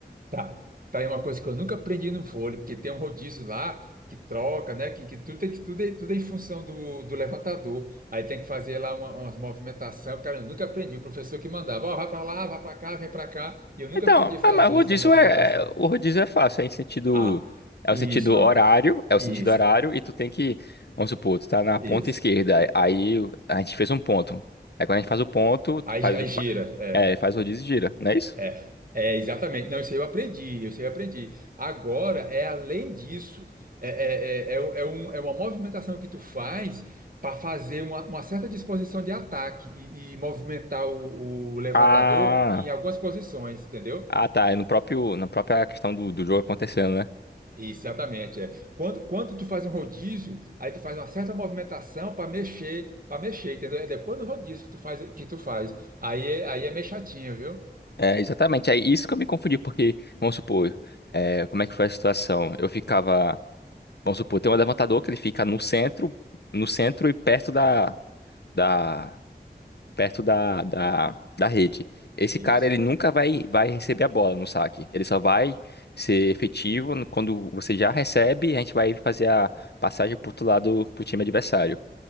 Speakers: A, on the right (about 55°); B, on the left (about 75°).
A: Tá. Tá aí uma coisa que eu nunca aprendi no vôlei, porque tem um rodízio lá que troca, né? Que, que tudo, tem que tudo, é, tudo é em função do, do levantador. Aí tem que fazer lá uma, umas movimentação. Cara, eu nunca aprendi. O professor que mandava, ó, vai pra lá, vai pra cá, vem pra cá. E eu nunca
B: Então,
A: aprendi a fazer
B: ah, mas o rodízio
A: essa movimentação.
B: é o rodízio é fácil, é em sentido
A: Ah,
B: é
A: isso,
B: o sentido
A: não.
B: horário, é o
A: Isso,
B: sentido horário e tu tem que, vamos supor, tu tá na
A: isso.
B: ponta esquerda, aí a gente fez um ponto. Aí quando a gente faz o ponto, tu
A: Aí,
B: faz
A: aí
B: o-
A: gira, é.
B: é, faz o rodízio e gira, não é isso?
A: É, é, exatamente. Não, isso aí eu aprendi, isso aí eu aprendi. Agora, é além disso, é, é, é, é um- é um- é uma movimentação que tu faz para fazer uma, uma certa disposição de ataque e, e movimentar o, o levantador
B: Ah,
A: em algumas posições, entendeu?
B: ah tá, é no próprio na própria questão do, do jogo acontecendo, né?
A: Exatamente. É. Quando, quando tu faz um rodízio, aí tu faz uma certa movimentação para mexer, para mexer, entendeu? É depois do rodízio que tu faz, que tu faz. Aí, é- aí é meio chatinho, viu?
B: É, exatamente. É isso que eu me confundi, porque, vamos supor, é, como é que foi a situação? Eu ficava, vamos supor, tem um levantador que ele fica no centro, no centro e perto da, da, perto da, da, da rede. Esse
A: Isso.
B: cara, ele nunca vai, vai receber a bola no saque. Ele só vai ser efetivo no- quando você já recebe, a gente vai fazer a passagem pro outro lado, pro time adversário.